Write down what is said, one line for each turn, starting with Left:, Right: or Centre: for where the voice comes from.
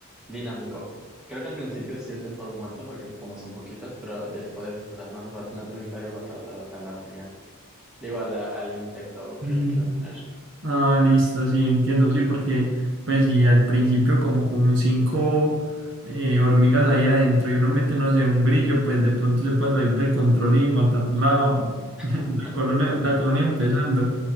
Centre: dinámico. Creo que al principio sí es mejor muerto porque como son poquitas, pero después, o sea, no hace fal- no es necesario matar a la, a la hormiga. Digo, a la- al insecto
Right: Mm.
Centre: que le quieras poner.
Right: Ah, listo, sí, entiendo, sí, porque pues si al principio como con cinco eh, hormigas ahí adentro y uno mete, no sé, un grillo, pues de pronto se puede salir de control y matar la,
Centre: <laughs>
Right: <laughs> la colonia, la colonia empezando.